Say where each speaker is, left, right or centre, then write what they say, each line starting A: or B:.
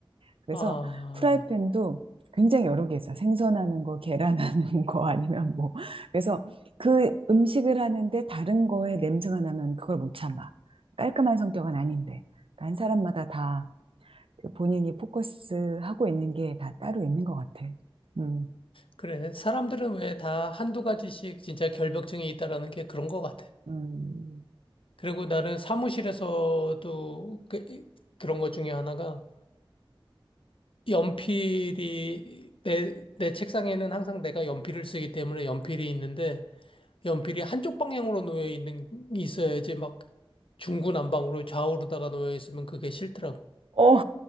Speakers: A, on the right (about 80°); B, on the left (about 75°).
A: 그래서
B: 아,
A: 후라이팬도 굉장히 여러 개 있어. 생선하는 거, 계란하는 <laughs> 거 아니면 뭐. 그래서 그 음식을 하는데 다른 거에 냄새가 나면 그걸 못 참아. 깔끔한 성격은 아닌데. 그러니까 한 사람마다 다그 본인이 포커스하고 있는 게 다 따로 있는 것 같아. 음,
B: 그래. 사람들은 왜 다 한두 가지씩 진짜 결벽증이 있다라는 게 그런 것 같아.
A: 음.
B: 그리고 나는 사무실에서도 그, 그런 것 중에 하나가 연필이 내, 내 책상에는 항상 내가 연필을 쓰기 때문에 연필이 있는데 연필이 한쪽 방향으로 놓여 있는 있어야지 막 중구난방으로 좌우로다가 놓여 있으면 그게 싫더라고.
A: 어,